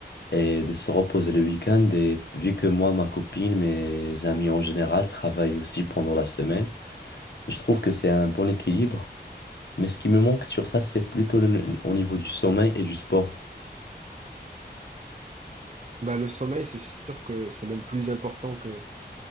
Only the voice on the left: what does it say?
et de se reposer le week-end. Et vu que moi, ma copine, mes amis en général travaillent aussi pendant la semaine, je trouve que c'est un bon équilibre. Mais ce qui me manque sur ça, c'est plutôt le- au niveau du sommeil et du sport.